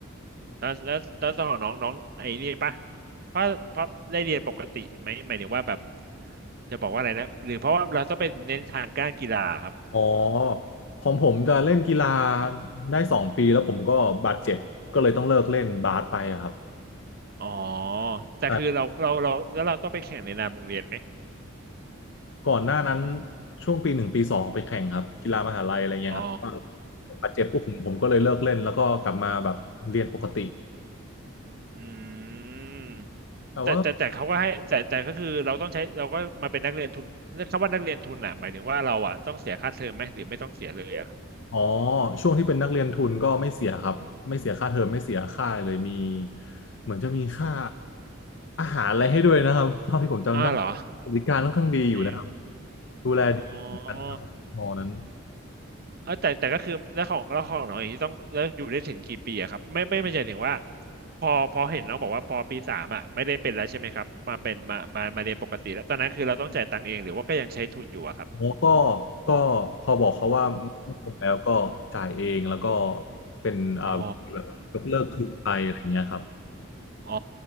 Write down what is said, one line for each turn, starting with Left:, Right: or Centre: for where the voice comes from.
Right: แล้วแล้วแล้วตอนของน้องน้องไอ้นี่ป่ะเพราะเพราะได้เรียนปกติไหมหมายถึงว่าแบบจะบอกว่าอะไรนะหรือเพราะว่าเราต้องไปเน้นทางการกีฬาครับ
Left: อ๋อของผมจะเล่นกีฬาได้สองปีแล้วผมก็บาดเจ็บก็เลยต้องเลิกเล่นบาสไปอะครับ
Right: อ๋อแต่คือเราเราเราแล้วเราต้องไปแข่งในนามโรงเรียนไหม
Left: ต่ก่อนหน้านั้นช่วงปีหนึ่งปีสองไปแข่งครับกีฬามหาลัยอะไรเงี้ยครับ
Right: อ๋อ
Left: บาดเจ็บปุ๊บผมผมก็เลยเลิกเล่นแล้วก็กลับมาแบบเรียนปกติ
Right: อืม
Left: แต่ว่า
Right: แต่แต่แต่เขาก็ให้แต่แต่ก็คือเราต้องใช้เราก็มาเป็นนักเรียนทุนคำว่านักเรียนทุนอ่ะหมายถึงว่าเราอ่ะต้องเสียค่าเทอมไหมหรือไม่ต้องเสียเลยอะครับ
Left: อ๋อช่วงที่เป็นนักเรียนทุนก็ไม่เสียครับไม่เสียค่าเทอมไม่เสียค่าอะไรเลยมีเหมือนจะมีค่าอาหารอะไรให้ด้วยนะครับเท่าที่ผมจำได้
Right: อ้าวเหรอ
Left: บริการค่อนข้างดีอยู่นะครับ
Right: จริง
Left: ดูแลดีเหมือนกันครับมอนั้น
Right: อ๋อ เออแต่แต่ก็คือแล้วของแล้วของน้องอย่างนี้ต้องแล้วอยู่ได้ถึงกี่ปีอะครับไม่ไม่ไม่ใช่ถึงว่าพอพอเห็นน้องบอกว่าปอปีสามอะไม่ได้เป็นแล้วใช่ไหมครับมาเป็นมามามาเรียนปกติแล้วตอนนั้นคือเราต้องจ่ายตังค์เองหรือว่าก็ยังใช้ทุนอยู่อะครับ
Left: แล้ก็ก็พอบอกเขาว่าไม่เอาแล้วก็จ่ายเองแล้วก็เป็นเอ่อแบบยกเลิกทุนไปอะไรเงี้ยครับ
Right: อ๋ออ๋อ